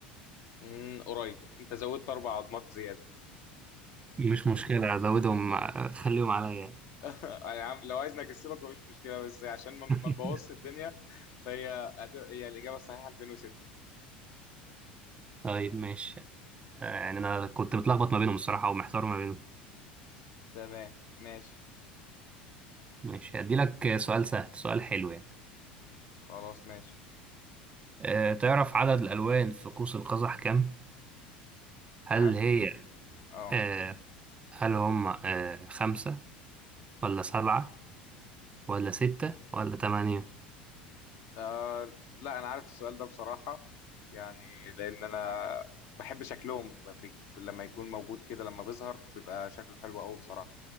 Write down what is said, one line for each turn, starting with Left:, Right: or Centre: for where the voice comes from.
Left: امم قريب انت زودت اربع عضمات زيادة
Right: مش مشكلة ازودهم <laughs> خليهم عليا
Left: <laughs> يا عم لو عايزني اكسبك مفيش مشكلة بس عشان ما
Right: <laughs>
Left: ما نبوظش الدنيا فهي هت- هي الإجابة الصحيحة 206
Right: طيب ماشي آه، يعني انا كنت متلخبط ما بينهم الصراحة ومحتار ما بينهم
Left: تمام ماشي
Right: ماشي هدي لك سؤال سهل سؤال حلو يعني
Left: خلاص ماشي
Right: أه تعرف عدد الالوان في قوس القزح كام هل
Left: عاد
Right: هي
Left: اه
Right: أه هل هم أه خمسة ولا سبعة ولا ستة ولا تمانية
Left: آه لا انا عارف السؤال ده بصراحه يعني لان انا بحب شكلهم في في- لما يكون موجود كده لما بيظهر بيبقى شكله حلو قوي بصراحه